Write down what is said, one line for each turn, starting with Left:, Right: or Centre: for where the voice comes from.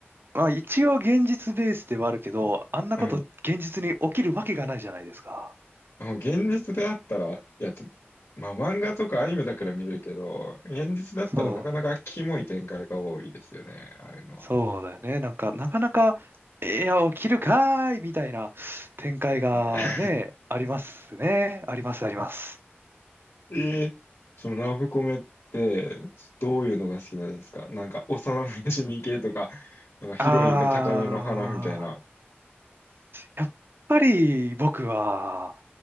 Right: まあ一応現実ベースではあるけど、あんなこと現実に起きるわけがないじゃないですか。
Left: うん。あ現実であったら、いや、ちょまあ漫画とかアニメだから見れるけど、現実だったらなかなかキモい展開が多いですよね、
Right: そう、
Left: ああいうのは。
Right: そうだよね。なんか、なかなか、いや、起きるかーいみたいな展開がね、
Left: <laughs>
Right: ありますね。あります、あります。
Left: えーそのラブコメってどういうのが好きなんですかなんか幼馴染系とか、なんかヒロインが高嶺の花みたいな。
Right: ああ、やっぱり僕は